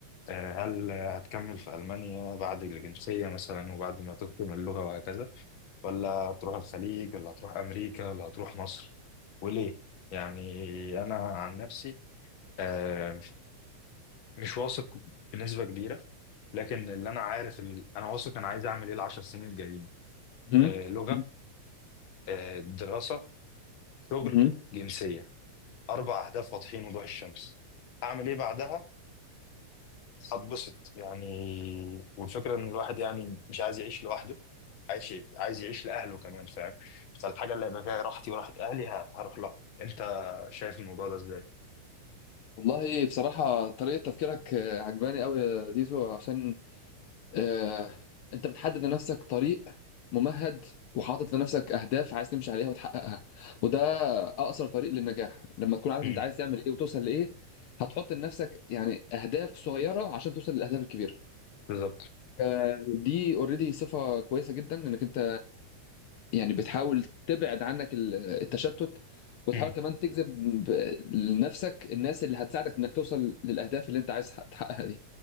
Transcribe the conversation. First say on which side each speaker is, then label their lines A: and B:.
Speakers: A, on the left; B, on the left.
A: آه، هل هتكمل في المانيا بعد الجنسيه مثلا وبعد ما تتقن اللغه وهكذا ولا هتروح الخليج ولا هتروح امريكا ولا هتروح مصر وليه يعني انا عن نفسي آه، مش واثق بنسبة كبيرة لكن اللي انا عارف ال... انا واثق انا عايز اعمل ايه العشر سنين الجايين
B: مم.
A: آه لغة
B: مم.
A: آه دراسة شغل
B: مم.
A: جنسية اربع اهداف واضحين وضوح الشمس اعمل ايه بعدها هتبسط يعني والفكرة ان الواحد يعني مش عايز يعيش لوحده عايز عايز يعيش لاهله كمان فاهم فالحاجة اللي هيبقى فيها راحتي وراحة اهلي ه- هروح لها انت شايف الموضوع ده ازاي
B: والله بصراحة طريقة تفكيرك آه، عجباني قوي يا زيزو عشان آه، انت بتحدد لنفسك طريق ممهد وحاطط لنفسك اهداف عايز تمشي عليها وتحققها وده اقصر طريق للنجاح لما تكون عارف
A: مم.
B: انت عايز تعمل ايه وتوصل لايه هتحط لنفسك يعني اهداف صغيرة عشان توصل للاهداف الكبيرة
A: بالظبط
B: آه، دي اوريدي صفة كويسة جدا انك انت يعني بتحاول تبعد عنك ال- التشتت وتحاول
A: مم.
B: كمان تجذب ب- لنفسك الناس اللي هتساعدك انك توصل للاهداف اللي انت عايز تحقق- تحققها دي